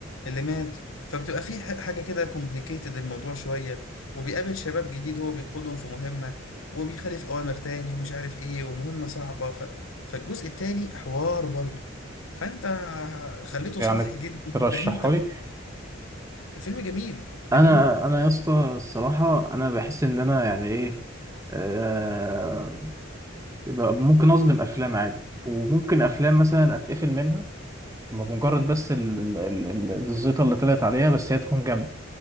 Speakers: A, on the left; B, on the right.
A: اللي مات فبتبقى في ح- حاجة كده كومبليكيتد الموضوع شوية وبيقابل شباب جديد هو بيقودهم في مهمة وبيخالف أوامر تاني ومش عارف إيه ومهمة صعبة ف... فالجزء التاني حوار برضه فأنت خليته
B: يعني
A: سطحي جدا
B: ترشحه
A: ده أنت
B: لي
A: فيلم جميل
B: أنا
A: جميل
B: أنا يا اسطى الصراحة أنا بحس إن أنا يعني إيه آه يبقى ممكن أظلم أفلام عادي وممكن أفلام مثلا أتقفل منها بمجرد بس ال- ال- ال- ال- الزيطة اللي طلعت عليها بس هي تكون جامدة